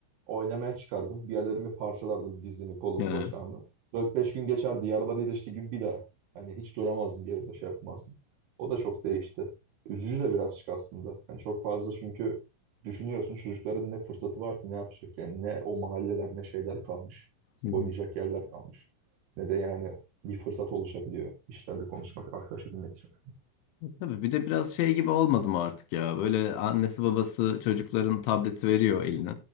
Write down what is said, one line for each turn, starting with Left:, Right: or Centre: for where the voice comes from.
Right: oynamaya çıkardım. Bir yerlerimi parçalardım dizimi, kolumu,
Left: Ya.
Right: bacağımı. Dört beş gün geçerdi. Yaralar iyileşti gibi bir daha. Hani hiç duramazdım bir yerde şey yapmazdım. O da çok değişti. Üzücü de birazcık aslında. Yani çok fazla çünkü Düşünüyorsun çocukların ne fırsatı var ki ne yapacak yani ne o mahalleler ne şeyler kalmış.
Left: Hı
Right: Oynayacak
Left: hı.
Right: yerler kalmış. Ne de yani bir fırsat oluşabiliyor işlerle konuşmak, arkadaş edinmek için.
Left: Tabii bir de biraz şey gibi olmadı mı artık ya? Böyle annesi babası çocukların tableti veriyor eline.